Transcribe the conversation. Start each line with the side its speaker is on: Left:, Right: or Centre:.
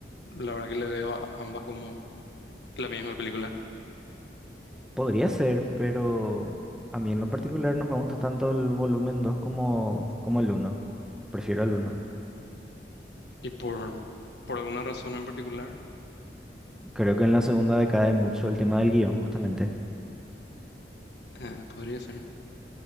Left: la verdad que le veo a ambas como la misma película.
Centre: Podría ser, pero a mí en lo particular no me gusta tanto el volumen 2 como, como el uno. Prefiero el uno.
Left: Y por, por alguna razón en particular,
Centre: Creo que en la segunda decae mucho el tema del guión, justamente.
Left: eh, podría ser.